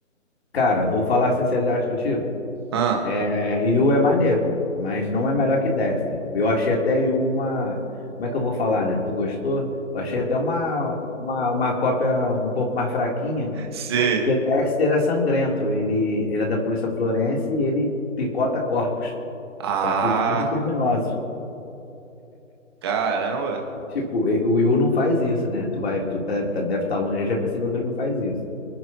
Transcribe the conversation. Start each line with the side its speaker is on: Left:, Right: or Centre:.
Left: Cara, vou falar a sinceridade contigo.
Right: Ah,
Left: É, Yu é maneiro, mas não é melhor que Dexter. Eu achei até Yu uma. Como é que eu vou falar, né? Tu gostou? Eu achei até uma, uma, uma cópia um pouco mais fraquinha,
Right: sei.
Left: porque Dexter é sangrento. Ele, ele é da polícia florense e ele picota corpos.
Right: Ah,
Left: Só que só de criminosos.
Right: caramba.
Left: Tipo, e- o Yu não faz isso, né? Tu vai, tu tá- tá- deve estar longe, já percebeu que ele não faz isso.